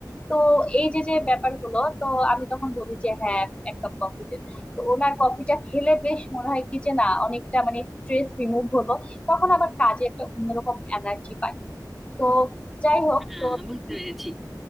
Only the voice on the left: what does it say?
তো এই যে যে ব্যাপারগুলো তো আমি তখন বলি যে হ্যাঁ এক কাপ কফি দে তো ওনার কফিটা খেলে বেশ মনে হয় কি যে না অনেকটা মানে স্ট্রেস রিমুভ হলো তখন আবার কাজে একটা অন্যরকম এনার্জি পাই তো যাই হোক
তো